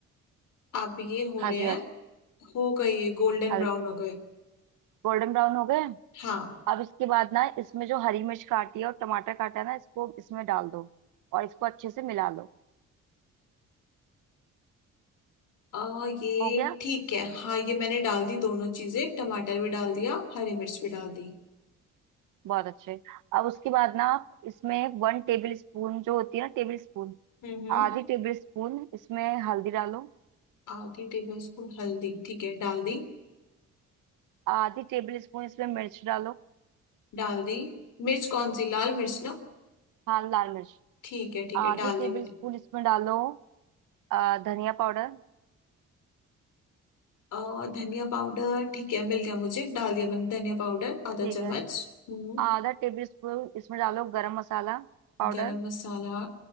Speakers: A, on the left; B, on the right.
A: अब ये हो
B: हाँ
A: रहे
B: जी
A: हैं
B: हाँ जी
A: हो गए ये गोल्डन
B: हल
A: ब्राउन हो गए
B: गोल्डन ब्राउन हो गए
A: हाँ
B: अब इसके बाद ना इसमें जो हरी मिर्च काटी है और टमाटर काटा है ना इसको इसमें डाल दो और इसको अच्छे से मिला लो
A: और ये
B: हो गया
A: ठीक है हाँ ये मैंने डाल दी दोनों चीजें टमाटर भी डाल दिया हरी मिर्च भी डाल दी
B: बहुत अच्छे अब उसके बाद ना आप इसमें वन टेबल स्पून जो होती है ना टेबल स्पून
A: हम्म
B: आधी टेबल स्पून इसमें हल्दी डालो
A: आधी टेबल स्पून हल्दी ठीक है डाल दी
B: आधी टेबल स्पून इसमें मिर्च डालो
A: डाल दी मिर्च कौन सी लाल मिर्च ना
B: हाँ लाल मिर्च
A: ठीक है ठीक
B: आधी
A: है डाल दी
B: टेबल
A: मैंने
B: स्पून इसमें डालो अ, धनिया पाउडर
A: और धनिया पाउडर ठीक है मिल गया मुझे डाल दिया मैंने धनिया पाउडर आधा
B: ठीक
A: चम्मच
B: है
A: हम्म
B: आधा टेबल स्पून इसमें डालो गरम मसाला पाउडर
A: गरम मसाला